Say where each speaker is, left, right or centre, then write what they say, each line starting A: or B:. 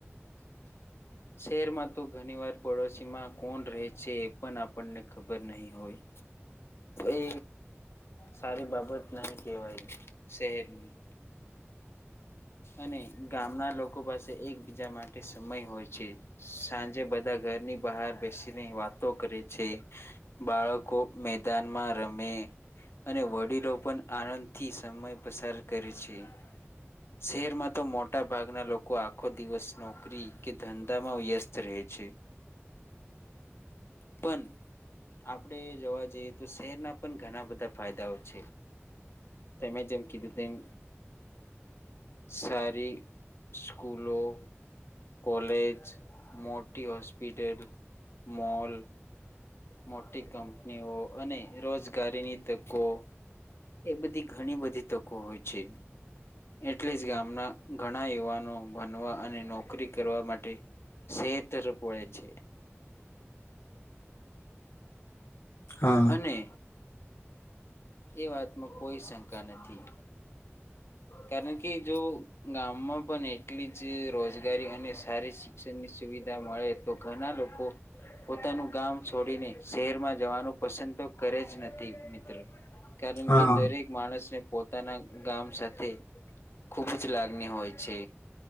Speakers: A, on the left; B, on the left.
A: <inaudible>
B: શહેરમાં તો ઘણી વાર પડોશીમાં કોણ રહે છે એ પણ આપણને ખબર નહી હોય એ સારી બાબત નહી કેહેવાય શહેરની અને ગામના લોકો પાસે એકબીજા માટે સમય હોય છે સાંજે બધા ઘરની બહાર બેસીને વાતો કરે છે બાળકો મેદાનમાં રમે અને વડીલો પણ આનંદથી સમય પસાર કરે છે શહેરમાં તો મોટા ભાગના લોકો આખો દિવસ નોકરી કે ધંધો વ્યસ્ત રહે છે
A: <inaudible>
B: પણ આપડે જોવા જઈએ તો શહેરના પણ ઘણા બધા ફાયદાઓ છે તમે જેમ કીધું તેમ સારી સ્કૂલો કોલેજ મોટી હોસ્પિટલ મોલ મોટી કંપનીઓ અને રોજગારીની તકો એ બધી ઘણી બધી તકો હોય છે એટલે જ ગામના ઘણા યુવાનો ભણવા અને નોકરી કરવા માટે સેતર પોડ છે
A: હા
B: અને એ વાતમાં કોઈ શંકા નથી
A: <inaudible>
B: કારણ કે જો ગામમાં પણ એટલી જ રોજગારી અને સારી શિક્ષણ ની સુવિધા મળે તો ઘણા લોકો પોતાનું ગામ છોડીને શહેરમાં જવાનું પસંદ <unintelligible> નથી મિત્ર કારણ
A: હા
B: કે દરેક માણસને પોતાના ગામ સાથે ખુબ જ લાગણી હોય છે